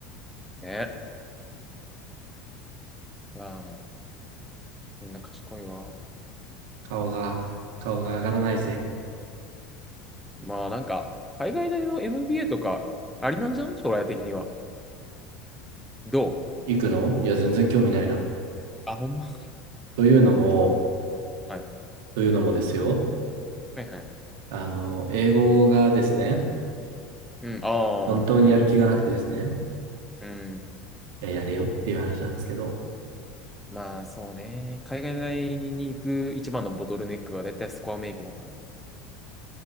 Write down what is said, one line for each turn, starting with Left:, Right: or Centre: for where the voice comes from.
Centre: ね。まあ、みんな賢いわ。
Right: 顔が、顔が上がらないぜ。
Centre: まあ、なんか、海外大の MBA とか、ありなんじゃん将来的には。どう
Right: 行くのいや、全然興味ないな。
Centre: あ、ほんま。
Right: というのも、
Centre: はい。
Right: というのもですよ。
Centre: はいはい。
Right: あの、英語がですね、
Centre: うん、ああ、
Right: 本当にやる気がなくてですね、
Centre: うん、うん。
Right: いや、やれよっていう話なんですけど、
Centre: まあ、そうね。海外大に行く一番のボトルネックは、絶対スコアメイクだからな。